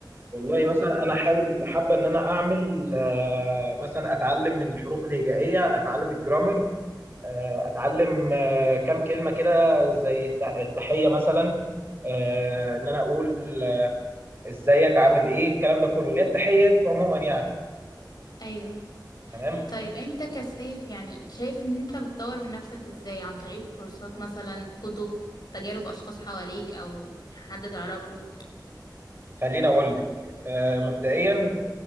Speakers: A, on the right (about 30°); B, on the left (about 60°).
A: والله مثلا انا حابب حابه ان انا اعمل آه، مثلا اتعلم الحروف الهجائيه اتعلم الجرامر آه، اتعلم آه، كام كلمه كده زي الت- التحيه مثلا آه، ان انا اقول آه، ازيك عامل ايه الكلام ده كله ليه التحيه عموما يعني
B: أيوه
A: تمام
B: طيب أنت كسيف يعني شايف إن أنت بتطور من نفسك إزاي عن طريق كورسات مثلا كتب تجارب أشخاص حواليك أو حد تعرفه
A: خليني اقول لك آه، مبدئيا